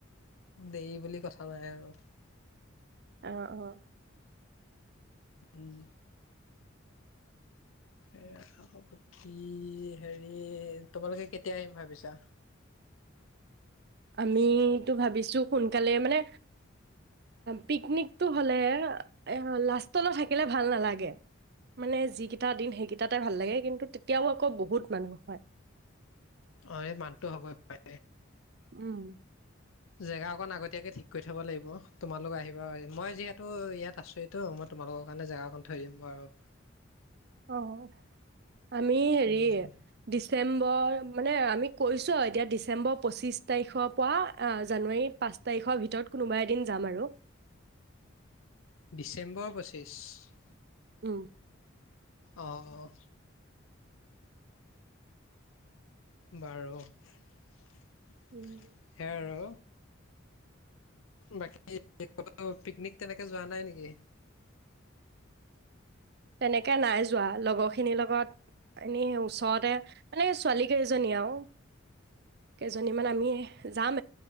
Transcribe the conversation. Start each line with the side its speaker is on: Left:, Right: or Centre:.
Left: দেৰি বুলি কথা নাই আৰু।
Right: অ অ।
Left: উম। এয়া হব। কি হেৰি তোমালোকে কেতিয়া আহিম ভাবিছা।
Right: আমিতো ভাবিছো সোনকালে মানে পিকনিকটো হলে এ লাষ্টলৈ থাকিলে ভাল নালাগে। মানে যিকেইটা দিন সেইকেইটাতে ভাল লাগে কিন্তু তেতিয়াও আকৌ বহুত মানুহ হয়।
Left: অ এই মানটো হ'ব পাৰে।
Right: উম।
Left: জেগা অকণ আগত। তেতিয়াকে ঠিক কৰি থ'ব লাগিব তোমালোক আহিবা মই যিহেতু ইয়াত আছোঁয়েইতো মই তোমালোকৰ কাৰণে জেগাকণ থৈ দিম বাৰু।
Right: অহ। আমি হেৰি।
Left: উম
Right: ডিচেম্বৰ মানে আমি কৈছোঁ আৰু এতিয়া ডিচেম্বৰ পঁচিছ তাৰিখৰ পৰা জানুৱাৰী পাঁচ তাৰিখৰ ভিতৰত কোনোবা এদিন যাম আৰু।
Left: ডিচেম্বৰ পঁচিছ।
Right: উম
Left: অঁ অ। বাৰু। সেয়া
Right: উম,
Left: আৰু। বাকী কতো পিকনিক তেনেকে যোৱা নাই নেকি
Right: তেনেকে নাই যোৱা লগৰখিনিৰ লগত এনেই ওচৰতে মানে ছোৱালী কেইজনী আৰু কেইজনী মানে আমি যাম।